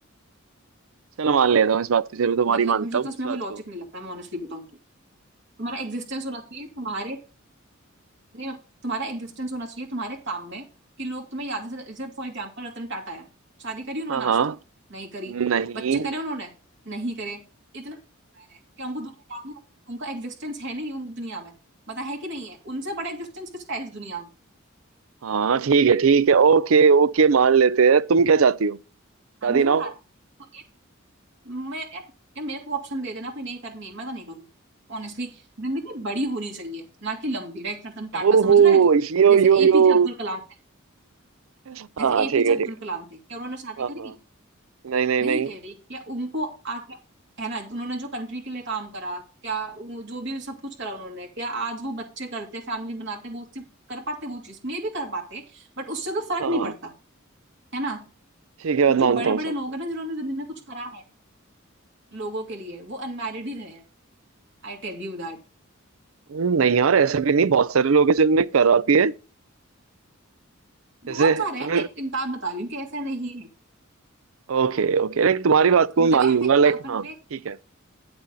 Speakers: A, on the right (about 75°); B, on the right (about 60°).
A: चलो मान लेता हूँ इस बात को चलो तुम्हारी
B: मतलब
A: मानता
B: मुझे
A: हूँ
B: तो इसमें
A: इस बात
B: कोई लॉजिक
A: को
B: नहीं लगता मैं ऑनेस्टली बताऊं तो तुम्हारा एग्जिस्टेंस होना चाहिए तुम्हारे नहीं तुम्हारा एग्जिस्टेंस होना चाहिए तुम्हारे काम में कि लोग तुम्हें याद से जैसे फॉर एग्जाम्पल रतन टाटा है शादी करी उन्होंने
A: हाँ हाँ
B: आज तक नहीं करी
A: नहीं
B: बच्चे करे उन्होंने नहीं करे इतना क्या उनको दुनिया याद नहीं रखती? उनका एग्जिस्टेंस है नहीं उन दुनिया में पता है कि नहीं है उनसे बड़ा एग्जिस्टेंस किसका है इस दुनिया में
A: हाँ ठीक है ठीक है ओके ओके मान लेते हैं तुम क्या चाहती हो
B: समझे
A: शादी ना
B: ना
A: हो
B: तो इत, मैं ये मेरे को ऑप्शन दे देना कोई नहीं करनी है मैं तो नहीं करूंगी ऑनेस्टली जिंदगी बड़ी होनी चाहिए ना कि लंबी राइट रतन टाटा
A: हो
B: समझ
A: हो
B: रहा है तू
A: यो
B: जैसे
A: यो
B: एपीजे
A: यो
B: अब्दुल कलाम थे
A: हाँ
B: जैसे
A: हाँ,
B: एपीजे
A: ठीक है ठीक
B: अब्दुल
A: है
B: कलाम थे क्या उन्होंने शादी
A: हाँ
B: करी
A: हाँ नहीं नहीं
B: नहीं
A: नहीं
B: करी क्या उनको आके है ना उन्होंने जो कंट्री के लिए काम करा क्या वो- जो भी सब कुछ करा उन्होंने क्या आज वो बच्चे करते फैमिली बनाते वो सिर्फ कर पाते वो चीज मे भी कर पाते बट उससे कोई फर्क
A: हाँ
B: नहीं
A: हाँ
B: पड़ता है ना
A: ठीक है बात
B: तो जो
A: मानता
B: बड़े
A: हूँ
B: बड़े
A: सबको
B: लोग हैं ना जिन्होंने जिंदगी में कुछ करा है लोगों के लिए वो अनमैरिड ही रहे हैं I tell you that
A: हम्म, नहीं यार ऐसा भी नहीं बहुत सारे लोग हैं जिनने करा भी है जैसे
B: बहुत सारे हैं
A: तुमने
B: मैं एक एक बात बता रही हूँ कि ऐसा नहीं है
A: ओके ओके लाइक तुम्हारी बात को
B: मैं
A: मैं मान लूंगा लाइक
B: अपने
A: हाँ ठीक है